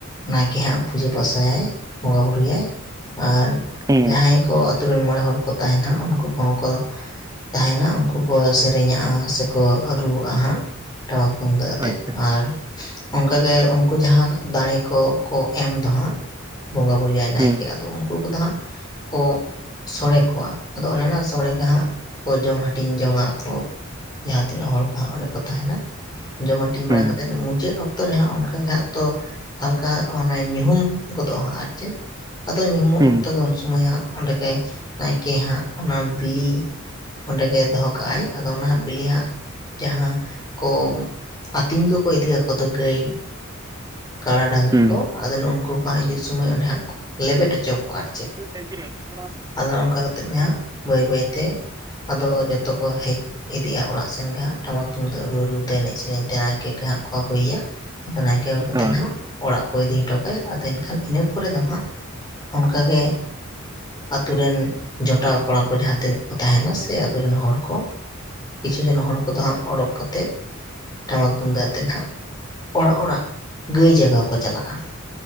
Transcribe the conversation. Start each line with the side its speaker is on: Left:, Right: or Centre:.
Left: ᱱᱟᱭᱠᱮ ᱦᱟᱸᱜ ᱯᱩᱡᱟᱹ ᱯᱟᱥ ᱭᱟᱭ ᱵᱚᱸᱜᱟ ᱵᱩᱨᱩᱭᱟᱭ ᱟᱨ
Right: ᱦᱩᱸ
Left: ᱡᱟᱦᱟᱸᱭ ᱠᱚ ᱟᱹᱛᱩ ᱨᱮᱱ ᱢᱚᱬᱮ ᱦᱚᱲ ᱠᱚ ᱛᱟᱦᱮᱸᱱᱟ ᱩᱱᱠᱩ ᱠᱚᱦᱚᱸ ᱠᱚ ᱛᱟᱦᱮᱸᱱᱟ ᱩᱱᱠᱩ ᱠᱚ ᱥᱮᱨᱮᱧᱟᱜ-ᱟ ᱥᱮᱠᱚ ᱨᱩᱣᱟᱜᱼᱟ ᱦᱟᱸᱜ ᱴᱟᱢᱟᱠ ᱛᱩᱢᱫᱟᱜ ᱟᱛᱮᱫ
Right: ᱟᱪᱪᱷᱟ
Left: ᱟᱨ ᱚᱱᱠᱟ ᱜᱮ ᱩᱱᱠᱩ ᱡᱟᱦᱟᱸ ᱫᱟᱲᱮ ᱠᱚ, ᱠᱚ ᱮᱢ ᱫᱚ ᱦᱟᱸᱜ ᱵᱚᱸᱜᱟ ᱵᱩᱨᱩᱭᱟᱭ ᱱᱟᱭᱠᱮ
Right: ᱦᱩᱸ
Left: ᱟᱫᱚ ᱩᱱᱠᱩ ᱠᱚᱫᱚ ᱦᱟᱸᱜ ᱠᱚ ᱥᱚᱲᱮ ᱠᱚᱣᱟ, ᱟᱫᱚ ᱚᱱᱮ ᱚᱱᱟ ᱥᱚᱲᱮ ᱜᱮ ᱦᱟᱸᱜ ᱠᱚ ᱡᱚᱢ ᱦᱟᱹᱴᱤᱧ ᱡᱚᱝ ᱟᱠᱚ ᱾ ᱡᱟᱦᱟᱸ ᱛᱤᱱᱟᱹᱜ ᱦᱚᱲ ᱠᱚ ᱦᱟᱸᱜ ᱚᱸᱰᱮ ᱠᱚ ᱛᱟᱦᱮᱸᱱᱟ ᱡᱚᱢ ᱦᱟᱹᱴᱤᱧ ᱵᱟᱲᱟ
Right: ᱦᱩᱸ
Left: ᱠᱟᱛᱮᱫ ᱢᱩᱪᱟᱹᱫ ᱚᱠᱛᱚ ᱨᱮ ᱦᱟᱸᱜ ᱚᱱᱠᱟ ᱜᱮ ᱦᱟᱸᱜ ᱛᱚ ᱦᱟᱞᱠᱟ ᱦᱟᱸᱜ ᱢᱟᱱᱮ ᱧᱩᱦᱩᱢ ᱜᱚᱫᱚᱜᱼᱟ ᱦᱟᱸᱜ ᱟᱨ ᱪᱮᱫ ᱟᱫᱚ ᱧᱩᱦᱩᱢᱚᱜ
Right: ᱦᱩᱸ
Left: ᱚᱠ ᱛᱚ ᱩᱱ ᱥᱚᱢᱚᱭ ᱦᱟᱸᱜ ᱚᱸᱰᱮ ᱜᱮ ᱱᱟᱭᱠᱮ ᱦᱟᱸᱜ ᱚᱱᱟ ᱵᱤᱞᱤ ᱚᱸᱰᱮ ᱜᱮ ᱫᱚᱦᱚ ᱠᱟᱜ ᱟᱭ ᱟᱫᱚ ᱚᱱᱟ ᱦᱟᱸᱜ ᱵᱤᱞᱤ ᱦᱟᱸᱜ ᱡᱟᱦᱟᱸ ᱠᱚ ᱟᱹᱛᱤᱧ ᱠᱚᱠᱚ ᱤᱫᱤ ᱠᱟ- ᱠᱚᱫᱚ ᱜᱟᱹᱭ, ᱠᱟᱰᱟ ᱰᱟᱝᱨᱤ
Right: ᱦᱩᱸ
Left: ᱠᱚ ᱟᱫᱚ ᱱᱩᱝᱠᱩ ᱠᱚ ᱦᱟᱸᱜ ᱦᱤᱡᱩᱜ ᱥᱚᱢᱚᱭ ᱚᱸᱰᱮ ᱦᱟᱸᱜ ᱠᱚ ᱞᱮᱵᱮᱫ ᱦᱚᱪᱚ ᱠᱚᱣᱟ ᱟᱨᱠᱤ
Right: <inaudible>
Left: ᱟᱫᱚ ᱱᱚᱝᱠᱟ ᱠᱟᱛᱮᱫ ᱜᱮ ᱦᱟᱸᱜ ᱵᱟᱹᱭ ᱵᱟᱹᱭᱛᱮ ᱟᱫᱚ ᱡᱚᱛᱚ ᱠᱚ ᱦᱮᱡ ᱤᱫᱤᱜᱼᱟ ᱚᱲᱟᱜ ᱥᱮᱱ ᱜᱮ ᱦᱟᱸᱜ, ᱴᱟᱢᱟᱠ ᱛᱩᱢᱫᱟᱜ ᱨᱩ ᱨᱩ ᱛᱮ ᱮᱱᱮᱡ ᱥᱮᱨᱮᱧ ᱛᱮ ᱱᱟᱭᱠᱮ ᱠᱮ ᱦᱟᱸᱜ ᱠᱚᱣᱟ ᱤᱭᱟᱹ ᱟᱫᱚ ᱱᱟᱭᱠᱮ ᱟᱹᱜᱩ ᱠᱟᱛᱮᱫ
Right: ᱚ
Left: ᱱᱷᱟᱸᱜ ᱚᱲᱟᱜ ᱠᱚ ᱤᱫᱤ ᱦᱚᱴᱚ ᱠᱟᱭᱟ, ᱟᱫᱚ ᱮᱱᱠᱷᱟᱱ ᱤᱱᱟᱹ ᱯᱚᱨᱮ ᱫᱚ ᱦᱟᱸᱜ ᱠᱟᱜᱮ ᱟᱹᱛᱩ ᱨᱮᱱ ᱡᱚᱴᱟᱣ ᱠᱚᱲᱟ ᱠᱚ ᱡᱟᱦᱟᱸ ᱛᱤᱱᱟᱹᱜ ᱠᱚ ᱛᱟᱦᱮᱸᱱᱟ ᱜᱮ ᱟᱛᱩ ᱨᱮᱱ ᱦᱚᱲ ᱠᱚ ᱠᱤᱪᱷᱩ ᱡᱚᱱ ᱦᱚᱲ ᱠᱚᱫᱚ ᱦᱟᱸᱜ ᱚᱰᱚᱠ ᱠᱟᱛᱮᱫ ᱴᱟᱢᱟᱠ ᱛᱩᱢᱫᱟᱜ ᱛᱮ ᱱᱷᱟᱜ ᱚᱲᱟᱜ ᱚᱲᱟᱜ ᱜᱟᱹᱭ ᱡᱟᱜᱟᱣ ᱠᱚ ᱪᱟᱞᱟᱜᱼᱟ ᱾